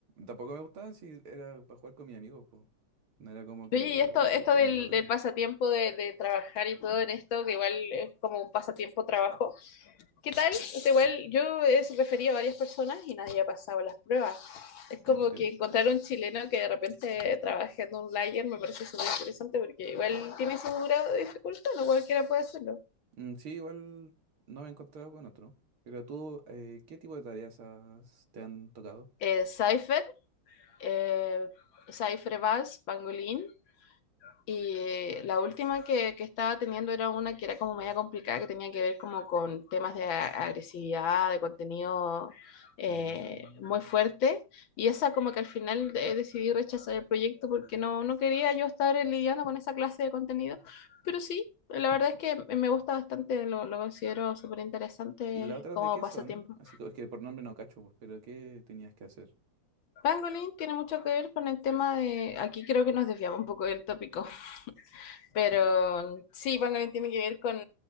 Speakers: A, on the right; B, on the left.
A: tampoco me gustaba si era para jugar con mi amigo, po. No era como que
B: Oye, y
A: ah,
B: esto, esto
A: soy para
B: del,
A: el balón.
B: del pasatiempo de, de trabajar y todo en esto, que igual es como un pasatiempo trabajo, ¿qué tal? O sea, igual yo he referido a varias personas y nadie ha pasado las pruebas. Es
A: ¿En
B: como
A: serio?
B: que encontrar un chileno que de repente trabaje en un layer me parece súper interesante porque igual tiene su grado de dificultad, no cualquiera puede hacerlo.
A: Mm, Sí, igual no me he encontrado con otro. Pero tú, eh, ¿qué tipo de tareas has- te han tocado?
B: Eh, Cypher, eh, Cypher Bass, Pangolin, Y eh, la última que, que estaba teniendo era una que era como media complicada, que tenía que ver como con temas de a- agresividad, de contenido eh,
A: Mm,
B: muy fuerte. Y esa como que al final eh, decidí rechazar el proyecto porque no, no quería yo estar eh, lidiando con esa clase de contenido. Pero sí, la verdad es que me me gusta bastante, lo, lo considero súper interesante
A: ¿Y las otras
B: como
A: de qué
B: pasatiempo.
A: son? Así que es que por nombre no cacho, pues, pero ¿qué tenías que hacer?
B: Pangolin tiene mucho que ver con el tema de, aquí creo que nos desviamos un poco del tópico, Pero sí, Pangolin tiene que ver con,